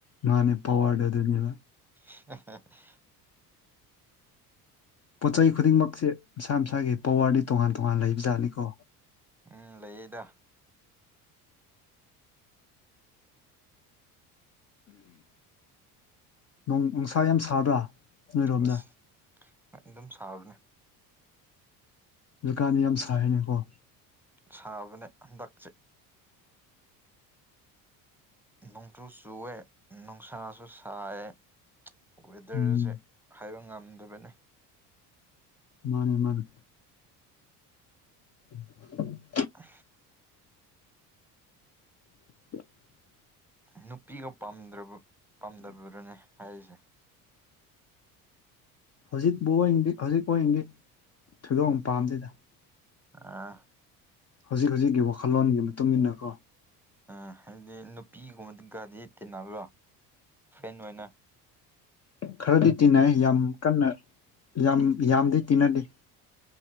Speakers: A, on the left; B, in the centre.
A: ꯃꯥꯅꯦ ꯄꯋꯥꯗ ꯑꯗꯨ ꯑꯗꯨꯅꯤꯂ
B: <inaudible>
A: ꯄꯣꯠ ꯆꯩ ꯈꯨꯗꯤꯡꯃꯛꯁꯦ ꯃꯁꯥ ꯃꯁꯥꯒꯤ ꯄꯋꯥꯔꯗꯤ ꯇꯣꯉꯥꯟ ꯇꯣꯉꯥꯟ ꯂꯩꯕꯖꯥꯠꯅꯤꯀꯣ
B: ꯎꯝ ꯂꯩꯌꯦꯗ
A: ꯣꯡ ꯅꯨꯡꯁꯥ ꯌꯥꯝ ꯁꯥꯕ꯭ꯔꯥ ꯅꯣꯏꯔꯣꯝꯗ
B: ꯑꯁ ꯑꯗꯨꯝ ꯁꯥꯕꯅꯦ
A: ꯗꯨꯀꯥꯟꯅꯤ ꯌꯥꯝ ꯁꯥꯔꯤꯅꯦꯀꯣ
B: ꯁꯥꯕꯅꯦ ꯍꯟꯗꯛꯁꯦ ꯅꯨꯡꯁꯨꯨ ꯆꯨꯑꯦ ꯅꯨꯡꯁꯥꯁꯨ ꯁꯥꯏꯌꯦꯦ ꯋꯦꯗꯔꯁꯦ
A: ꯎꯝ
B: ꯍꯥꯏꯕ ꯉꯝꯗꯕꯅꯤ
A: ꯃꯥꯅꯦ ꯃꯥꯅꯦ <inaudible>
B: ꯑ
A: <inaudible>
B: ꯅꯨꯄꯤꯒ ꯄꯥꯝꯗ꯭ꯔꯕ ꯄꯥꯝꯗꯕꯗꯨꯅꯦ ꯍꯥꯏꯔꯤꯁꯦ
A: ꯍꯧꯖꯤꯛꯄꯗꯤ ꯍꯧꯖꯤꯛꯗꯤ ꯊꯣꯏꯗꯣꯛ ꯄꯥꯝꯗꯦꯗ
B: ꯑꯥ
A: ꯍꯧꯖꯤꯛ ꯍꯧꯖꯤꯛꯀꯤ ꯋꯥꯈꯜꯂꯣꯟꯒꯤꯒꯤ ꯃꯇꯨꯡꯟꯅ ꯀꯣ
B: ꯑ ꯍꯥꯏꯕꯗꯤ ꯅꯨꯄꯤꯒꯨꯝꯕꯗꯤ ꯒꯥꯗꯤ ꯇꯤꯟꯅꯕ꯭ꯔꯣ ꯐ꯭ꯔꯦꯟ ꯑꯣꯏꯅ
A: ꯈꯔꯗꯤ ꯇꯤꯟꯅꯩ ꯌꯥꯝ ꯀꯟꯅ ꯌꯥꯝ ꯌꯥꯝꯗꯤ ꯇꯤꯟꯅꯗꯦ